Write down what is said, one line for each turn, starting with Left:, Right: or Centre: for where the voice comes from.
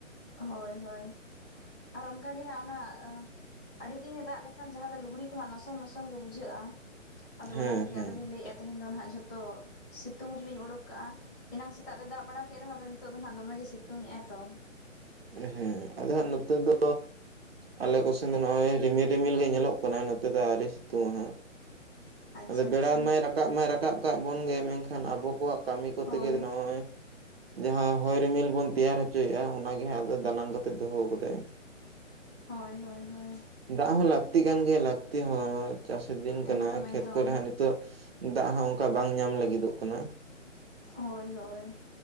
Left: ᱦᱳᱭ ᱦᱳᱭ ᱟᱨ ᱚᱱ ᱚᱝᱠᱟ ᱜᱮ ᱦᱟᱸᱜ ᱚᱱᱟ ᱟᱹᱰᱤ ᱫᱤᱱᱮ ᱫᱟᱜ ᱞᱮᱠᱷᱟᱱ ᱡᱟᱦᱟᱸ ᱫᱚ ᱞᱩᱜᱽᱲᱤ ᱠᱚ ᱦᱚᱸ ᱱᱚᱥᱚᱝ ᱱᱚᱥᱚᱝ ᱜᱮ ᱵᱩᱡᱷᱟᱹᱜᱼᱟ᱾ ᱟᱫᱚ
Right: ᱦᱮᱸ
Left: ᱚᱱᱟ ᱠᱚ ᱜᱮ
Right: ᱦᱮᱸ
Left: ᱟᱫᱚ ᱞᱤᱧ ᱞᱟᱹᱭᱮᱫᱼᱟ ᱛᱮᱦᱮᱧ ᱫᱚ ᱦᱟᱜᱟᱜ ᱡᱷᱚᱛᱚ, ᱥᱤᱛᱩᱝ ᱨᱤᱞᱤᱧ ᱳᱰᱳᱠ ᱠᱟᱜᱟ ᱮᱱᱟᱝ ᱥᱮᱛᱟᱜ ᱫᱚᱭ ᱫᱟᱜ ᱵᱟᱲᱟ ᱠᱮᱫ ᱨᱮ ᱦᱚᱸ ᱟᱫᱚ ᱱᱤᱛᱚᱜ ᱫᱚ ᱱᱦᱟᱜ ᱫᱚᱢᱮ ᱜᱮ ᱥᱤᱛᱩᱝ ᱮᱜᱟᱭ ᱛᱚ᱾
Right: ᱦᱮᱸ ᱟᱫᱚ ᱦᱟᱸᱜ ᱱᱚᱛᱮ ᱫᱚ᱾ ᱟᱞᱮ ᱠᱚᱥᱮᱱ ᱫᱚ ᱱᱚᱜᱚᱭ ᱨᱤᱢᱤᱞ ᱨᱤᱢᱤᱞ ᱜᱮ ᱧᱮᱞᱚᱜ ᱠᱟᱱᱟ ᱱᱚᱛᱮ ᱫᱚ ᱟᱹᱣᱨᱤ ᱥᱤᱛᱩᱝ ᱟᱭ ᱦᱟᱜ᱾
Left: ᱟᱪᱪᱷᱟ
Right: ᱟᱫᱚ ᱵᱮᱲ
Left: ᱟᱪᱪᱷᱟ
Right: ᱢᱟᱭ ᱨᱟᱠᱟᱵ ᱢᱟᱭ ᱨᱟᱠᱟᱵ ᱠᱟᱜ ᱵᱚᱱ ᱜᱮ ᱢᱮᱱᱠᱷᱟᱱ ᱟᱵᱚ ᱠᱚᱣᱟᱜ ᱠᱟᱹᱢᱤ ᱠᱚᱛᱮ
Left: ᱦᱳᱭ
Right: ᱜᱮ ᱱᱚᱜᱚᱭ, ᱡᱟᱦᱟᱸ ᱦᱚᱭ ᱨᱤᱢᱤᱞ ᱵᱚᱱ ᱛᱮᱭᱟᱨ ᱦᱚᱪᱚᱭᱮᱜᱟ ᱚᱱᱟ ᱜᱮ ᱦᱟᱜ ᱟᱫᱚ ᱫᱟᱱᱟᱝ ᱠᱟᱛᱮᱜ ᱫᱚᱦᱚ ᱠᱟᱫᱟᱭ᱾
Left: ᱦᱳᱭ ᱦᱳᱭ ᱦᱳᱭ᱾
Right: ᱫᱟᱜ ᱦᱚᱸ ᱞᱟᱹᱠᱛᱤ ᱠᱟᱱ ᱜᱮᱭᱟ ᱞᱟᱹᱠᱛᱤ ᱦᱚᱸ ᱪᱟᱥᱮᱨ ᱫᱤᱱ
Left: ᱮᱠᱫᱚᱢ
Right: ᱠᱟᱱᱟ
Left: ᱮᱠᱫᱚᱢ
Right: ᱠᱷᱮᱛ ᱠᱚᱨᱮ ᱦᱟᱸᱜ ᱱᱤᱛᱚᱜ ᱫᱟᱜ ᱦᱚᱸ ᱚᱱᱠᱟ ᱵᱟᱝ ᱧᱟᱢ ᱞᱟᱹᱜᱤᱫᱚᱜ ᱠᱟᱱᱟ᱾
Left: ᱦᱳᱭ ᱦᱳᱭ